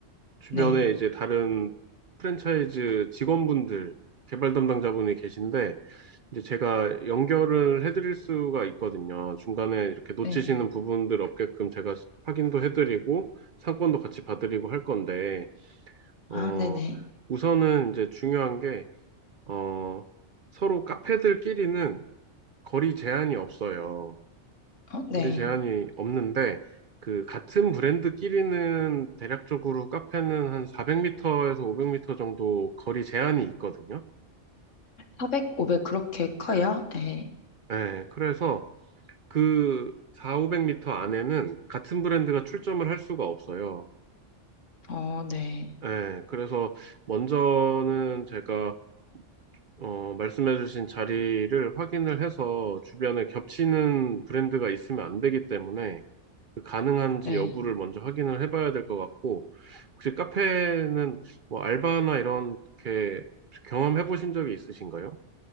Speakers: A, on the right; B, on the left.
A: 주변에
B: 네.
A: 이제 다른 프랜차이즈 직원분들, 개발 담당자분이 계신데, 이제 제가 연결을 해드릴 수가 있거든요. 중간에 이렇게 놓치시는
B: 네.
A: 부분들 없게끔 제가 확인도 해드리고, 상권도 같이 봐드리고 할 건데, 어,
B: 아, 네네.
A: 우선은 이제 중요한 게 어, 서로 카페들끼리는 거리 제한이 없어요.
B: 어, 네.
A: 거리 제한이 없는데, 그, 같은 브랜드끼리는 대략적으로 카페는 한 400m에서 500m 정도 거리 제한이 있거든요.
B: 400, 500 그렇게 커요? 네.
A: 네, 그래서 그 4, 500m 안에는 같은 브랜드가 출점을 할 수가 없어요.
B: 어, 네.
A: 네, 그래서 먼저는 제가 어, 말씀해주신 자리를 확인을 해서 주변에 겹치는 브랜드가 있으면 안 되기 때문에 그 가능한지
B: 네.
A: 여부를 먼저 확인을 해봐야 될 것 같고, 혹시 카페는 뭐 알바나 이런 게 경험해 보신 적이 있으신가요?